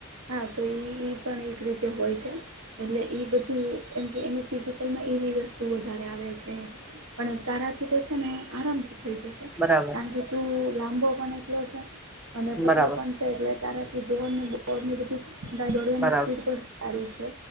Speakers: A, on the right; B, in the centre.
A: હા તો ઈ એ પણ એક રીતે હોય છે. એટલે એ બધું એમ કે એનું ફિઝિકલમાં એવી વસ્તુ વધારે આવે છે. પણ તારાથી તો છે ને આરામથી થઈ જશે.
B: બરાબર
A: કારણ કે તું લાંબો પણ એટલો છે અને
B: બરાબર
A: પતલો પણ છે એટલે તારાથી દોડને દોડને બધું તારી દોડવાની
B: બરાબર
A: સ્પીડ પણ સારી છે.